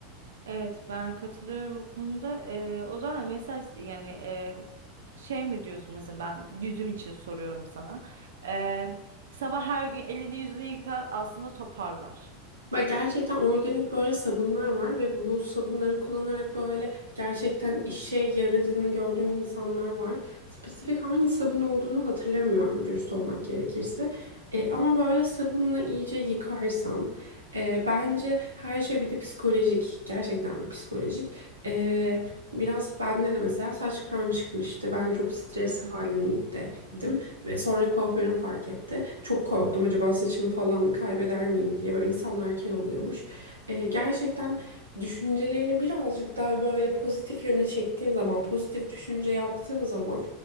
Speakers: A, on the right; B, on the right.
A: Evet ben katılıyorum bu konuda. Ee, o zaman mesaj yani e, şey mi diyorsun mesela ben yüzüm için soruyorum sana. Ee, sabah her gün elini yüzünü yıka aslında toparlar.
B: Bak gerçekten organik böyle sabunlar var ve bu sabunları kullanarak böyle gerçekten işe yaradığını gördüğüm insanlar var. Spesifik hangi sabun olduğunu hatırlamıyorum dürüst olmak gerekirse. E, ama böyle sabunla iyice yıkarsan e, bence her şey bir de psikolojik. Gerçekten psikolojik. E, biraz bende de mesela saç kıran çıkmıştı. Ben çok stres
A: Hı
B: halindeydim.
A: hı.
B: Ve sonra kuaförüm fark etti. Çok korktum acaba saçımı falan kaybeder miyim diye. Böyle insanlar kel oluyormuş. Ee, gerçekten düşüncelerini birazcık daha böyle pozitif yöne çektiğin zaman, pozitif düşünce yaptığın zaman